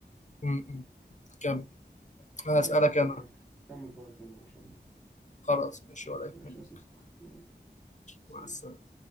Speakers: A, on the left; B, in the centre.
A: م- م. كمل هسألك
B: ماشي خلاص
A: انا
B: ماشي. كمل فوق تاني ان شاء الله
A: خلاص ماشي ولا
B: ماشي
A: يهمك
B: يا صديقي يلا سلام
A: مع السلامه